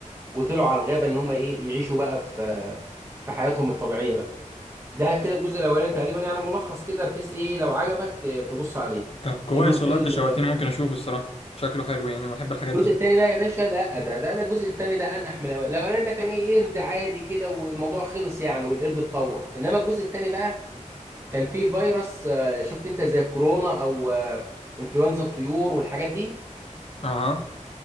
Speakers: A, on the right; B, on the left.
A: وطلعوا على الغابه ان هم ايه يعيشوا بقى في في حياتهم الطبيعيه بقى ده كده الجزء الاولاني تقريبا يعني ملخص كده بحيث ايه لو عجبك ت- تبص عليه
B: طب كويس
A: الملف
B: والله
A: ال-
B: انت شوقتني ممكن اشوفه الصراحة شكله حلو يعني بحب الحاجات
A: الجزء
B: دي
A: الثاني بقى يا باشا لا ده ده ده الجزء الثاني ده انح من الاولاني الاولاني ده كان ايه قرد عادي كده والموضوع خلص يعني والقرد اتطور انما الجزء الثاني بقى كان فيه فيروس آه، شفت انت زي كورونا او آه، انفلونزا الطيور والحاجات دي
B: اها